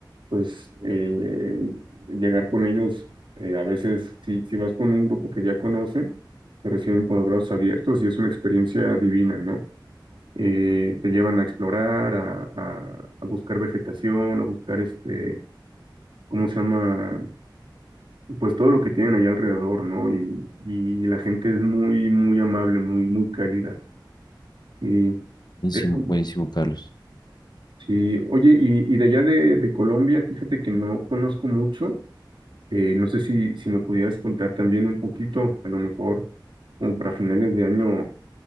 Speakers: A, on the right (about 75°); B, on the left (about 60°).
A: pues eh, llegar con ellos eh, a veces si, si vas con un grupo que ya conocen, te reciben con los brazos abiertos y es una experiencia divina, ¿no? Eh, te llevan a explorar, a, a- a buscar vegetación, a buscar este, ¿cómo se llama? pues todo lo que tienen allá alrededor, ¿no? Y, y la gente es muy, muy amable, muy, muy cálida. Sí,
B: Buenísimo,
A: eso,
B: buenísimo, Carlos.
A: sí. Oye, y, y de allá de, de Colombia, fíjate que no conozco mucho. Eh, no sé si, si me pudieras contar también un poquito, a lo mejor, como para finales de año,